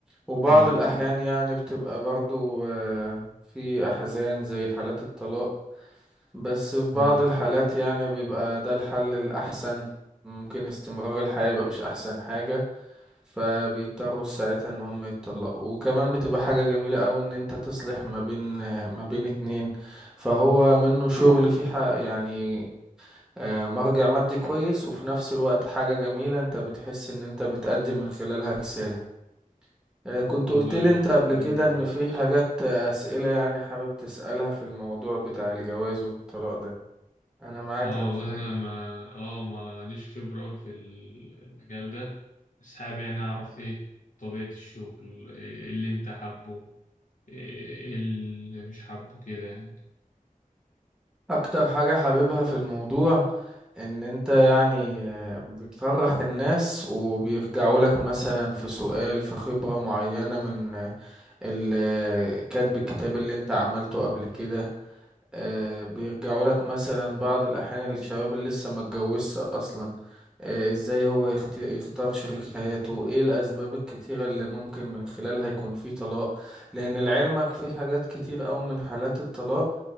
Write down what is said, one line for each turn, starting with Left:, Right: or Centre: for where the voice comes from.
Centre: وبعض
Left: تمام
Centre: الأحيان يعني بتبقى برضو آه، في أحزان زي حالات الطلاق بس في بعض
Left: امم
Centre: الحالات يعني بيبقى ده الحل الأحسن ممكن استمرار الحياة يبقى مش أحسن حاجة فبيضطروا ساعتها إن هم يتطلقوا وكمان بتبقى حاجة جميلة أوي إن أنت تصلح ما بين ما بين اتنين فهو منه شغل في حق يعني آه، مرجع مادي كويس وفي نفس الوقت حاجة جميلة أنت بتحس إن أنت بتقدم من خلالها رسالة آه، كنت
Left: والله
Centre: قلت لي أنت قبل
Left: كلام
Centre: كده
Left: جميل
Centre: إن في حاجات آه، أسئلة يعني حابب تسألها في الموضوع بتاع الجواز والطلاق ده انا معاك
Left: اه
Centre: لو
Left: والله
Centre: في
Left: انا
Centre: اي
Left: ما اه ما ليش خبره أوي في ال- المجال ده بس حابب يعني اعرف ايه طبيعه الشغل إيه اللي انت حابه إيه إيه اللي مش حابه كده يعني
Centre: اكتر حاجة حاببها في الموضوع ان انت يعني آه، بتفرح الناس وبيرجعوا لك مثلا في سؤال في خبرة معينة من آه، ال- آه، كاتب الكتاب اللي انت عملته قبل كده آه، بيرجعوا لك مثلا بعض الاحيان الشباب اللي لسه ما اتجوزش اصلا آه، ازاي هو يخت- يختار شريك حياته ايه الاسباب الكتيرة اللي ممكن من خلالها يكون في طلاق لان لعلمك في حاجات كتير اوي من حالات الطلاق